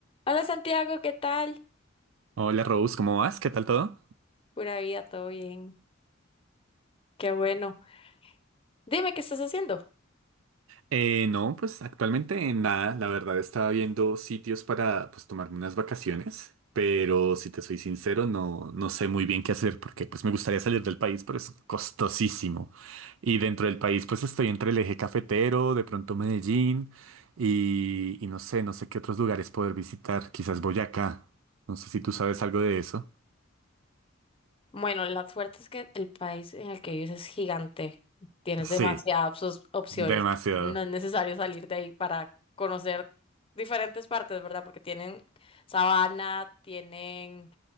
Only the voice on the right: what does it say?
Hola Rose, ¿cómo vas? ¿Qué tal todo?
Eh, no, pues actualmente en nada, la verdad estaba viendo sitios para pues tomarme unas vacaciones, pero si te soy sincero no, no sé muy bien qué hacer porque pues me gustaría salir del país, pero es costosísimo. Y dentro del país pues estoy entre el eje cafetero, de pronto Medellín y, y no sé, no sé qué otros lugares poder visitar, quizás Boyacá, no sé si tú sabes algo de eso.
Sí,
demasiado.